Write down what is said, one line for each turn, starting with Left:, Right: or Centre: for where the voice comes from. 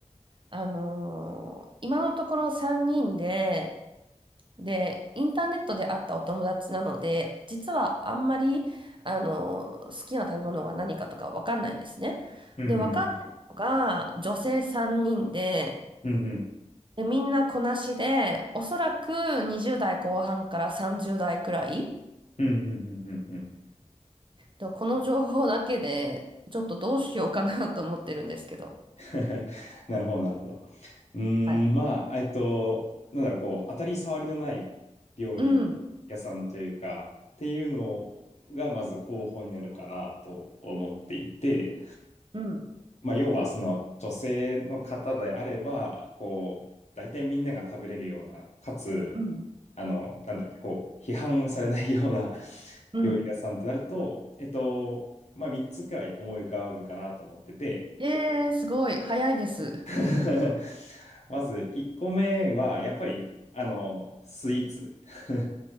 Right: あのー今のところ3人で、で、インターネットで会ったお友達なので、実はあんまり、あのー好きな食べ物が何かとかわかんないんですね。
Left: うんうん
Right: で、分かったのが女性3人で、
Left: うん。うんうん。
Right: で、みんなこなしで、おそらく20代後半から30代くらい。
Left: うんうんうんうんうん。
Right: ではこの情報だけで、ちょっとどうしようかな <laughs> と思ってるんですけど。
Left: <laughs> なるほど、なるほど。うーん、
Right: はい。
Left: まあ、えっと、なんだろう、こう、当たり障りのない料理屋さんというか、
Right: うん。
Left: っていうのが、まず候補になるかなと思っていて、
Right: うん。
Left: まあ、要はその女性の方であれば、こう、大体みんなが食べれるような、かつ、
Right: うん。
Left: あの、なんだろう、こう、批判されないような <laughs>
Right: うん
Left: 料理屋さんとなると、えっと、まあ、3つくらい思い浮かぶかなと思ってて、
Right: えー、すごい。早いです。
Left: <laughs> まず1個目は、やっぱり、あの、スイーツ <laughs>